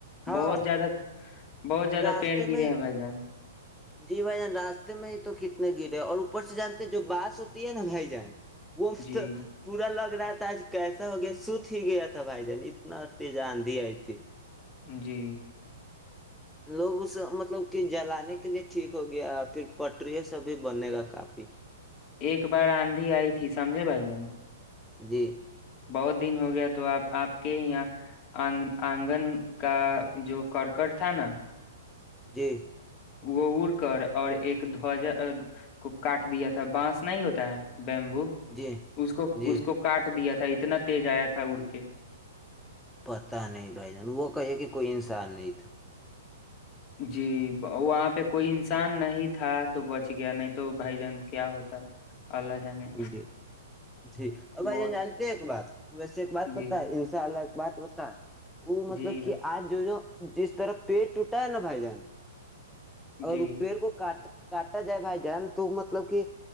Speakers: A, in the centre; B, on the left.
A: ہاں
B: بہت زیادہ بہت زیادہ
A: راستے
B: پییر گرے
A: میں
B: ہیں بھائی جان
A: جی بھائی جان راستے میں ہی تو کتنے گرے اور اوپر سے جانتے جو باس ہوتی ہے نا بھائی جان وہت
B: جی
A: پورا لگ ر تھا آج کیسا ہو گیا سوت ہی گیا تھا بھائی جان اتنا ا ت آندھی آئی تھی
B: جی
A: لوگ اس مطلب کہ جلانے کے لیے ٹھیک ہو گیا پھر پٹریوں سے بھی بنے گا کافی
B: ایک بار آندھی آئی تھی سمجے بھائی جان
A: جی
B: بہت دن ہو گیا تو آپ آپ کے یہاںگ آنگن کا جو کرکٹ تھا نا
A: جی
B: وہ اڑ کر اور ایک دھوجہ کو کاٹ دیا تھا بانس نہیں ہوتا ہے بیمبو
A: جی
B: اس کو
A: جی
B: اس کو کاٹ دیا تھا تھا اتنا تیز آیا تھا اڑ کے
A: پتا نہیں بھائی جان وہ کہے کہ کوئی انسان نہیں تھا
B: جی وہاں پہ کوئی انسان نہیں تھا تو بچ گیا نہیں تو بھائی جان کیا ہوتا اللہ جانے
A: جی جی ا بھائی
B: بہت
A: جان جانتے ہیں ایک بات ویسے ایک بات
B: جی
A: پت ہے ان شاء اللہ بات بتا وہ مطلب
B: جی
A: کہ آج جو جو جس طرح پیٹ ٹوٹا ہے نا بھائی جان اور
B: جی
A: روپیر کو کاٹ کاٹا جائے بھائی جان تو مطلب کہ